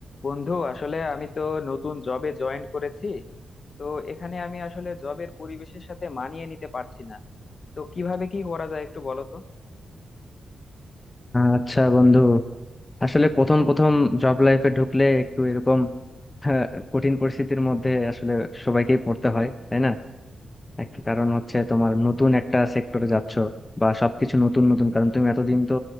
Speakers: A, on the left; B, on the left.
A: বন্ধু আসলে আমি তো নতুন জবে জয়েন করেছি তো এখানে আমি আসলে জবের পরিবেশের সাথে মানিয়ে নিতে পারছি না তো কিভাবে কি করা যায় একটু বলো তো
B: আচ্ছা বন্ধু আসলে প্রথম প্রথম জব লাইফে ঢুকলে একটু এরকম হ্যাঁ, কঠিন পরিস্থিতির মধ্যে আসলে সবাইকেই পড়তে হয় তাই না একটা কারণ হচ্ছে তোমার নতুন একটা সেক্টরে যাচ্ছ বা সবকিছু নতুন নতুন কারণ তুমি এতদিন তো